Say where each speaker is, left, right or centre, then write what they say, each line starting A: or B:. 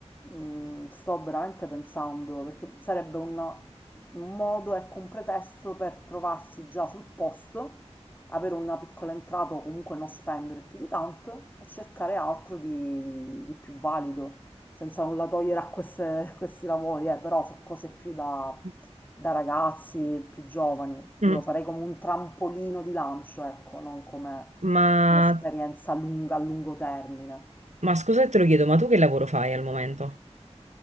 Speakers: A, on the left; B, on the right.
A: mm, sto veramente pensando, perché sarebbe un, un modo, ecco, un pretesto per trovarsi già sul posto, avere una piccola entrata o comunque non spendere più di tanto e cercare altro di, di più valido, senza nulla togliere a queste- questi lavori, eh, però su cose più da,
B: Mm.
A: da ragazzi più giovani. Io
B: mm.
A: lo farei come un trampolino di lancio, ecco, non come
B: Ma,
A: un'esperienza lunga, a lungo termine.
B: ma scusa se te lo chiedo, ma tu che lavoro fai al momento?